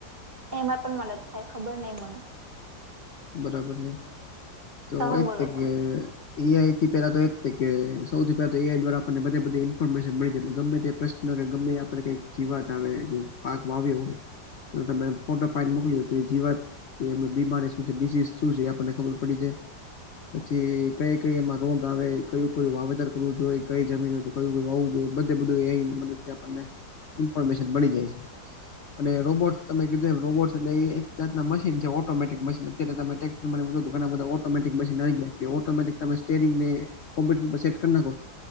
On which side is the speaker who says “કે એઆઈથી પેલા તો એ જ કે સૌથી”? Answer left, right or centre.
Left